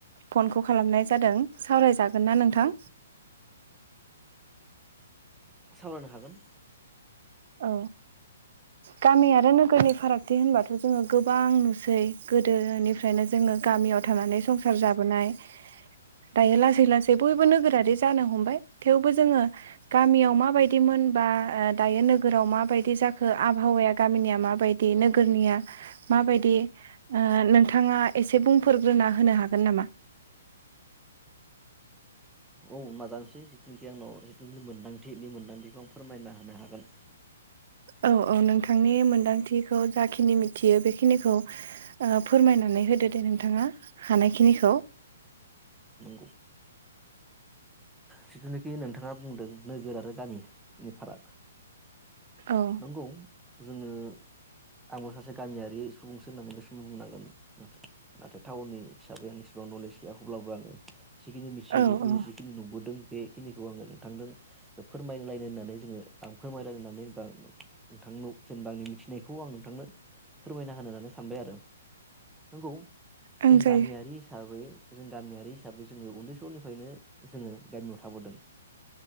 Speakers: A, on the right; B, in the centre.
A: फनखौ खालामनाय जादों। सावराय जागोनना नोंथां?
B: औ सावरायनो हागोन।
A: औ। गामि आरो नोगोरनि फारागथि होनबाथ' जोङो गोबां नुसै। गोदोनिफ्रायनो जोङो गामियाव थानानै संसार जाबोनाय। दायो लासै लासै बयबो नोगोरारि जानो हमबाय। थेवबो जोङो गामियाव माबायदिमोन बा दायो नोगोराव माबायदि जाखो आबहावाया गामिनिया माबायदि नोगोरनिया माबायदि ओ नों थाङा एसे बुंफोरग्रोना होनो हागोन नामा?
B: औ माजां थि जिथुनाखि आंनाव जिथुनाखि मोन्दांथि बे मोनदांथिखौ आं फोरमायना होनो हागोन।
A: औ औ नोंथांनि मोनदांथि खौ जाखिनि मिथियो बेखिनिखौ ओ फोरमायनानै होदो दे नोंथाङा हानायखिनिखौ। <inaudible>
B: नंगौ। जिथुनाखि नोंथाङा बुंदों नोगोर आरो गामिनि फाराग।
A: औ
B: नंगौ। जोङो आंबो सासे गामियारि सुबुंसो होननानै बे समाव बुंनांगोन। नाथाय नाथाय टाउननि हिसाबै आं इसेबां नलेज गैया हब्लाबो आङो जिखिनि मिथिगौ
A: औ
B: बे
A: औ
B: जिखिनि नुबोदों बे खिनिखौ आङो नोंथांदों फोरमायलायनो होननानै जोङो आं फोरमायलायनानै होननानै बा नोंथांन' जेनेबा आंनि मिथिनायखौ आं नोंथांनो फोरमायना होनो होननानै सानबाय आरो। नंगौ।
A: ओं
B: जों
A: जायो
B: गामियारि हिसाबै जों गामियारि हिसाबै जोङो उन्दै समनिफायनो जोङो गामियाव थाबोदों।